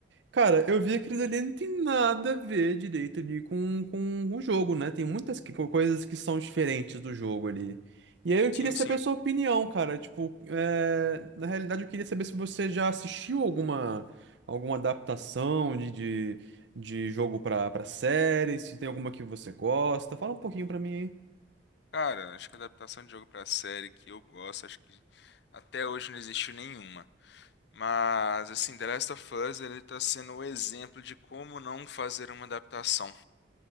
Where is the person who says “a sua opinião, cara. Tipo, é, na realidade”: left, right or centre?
Right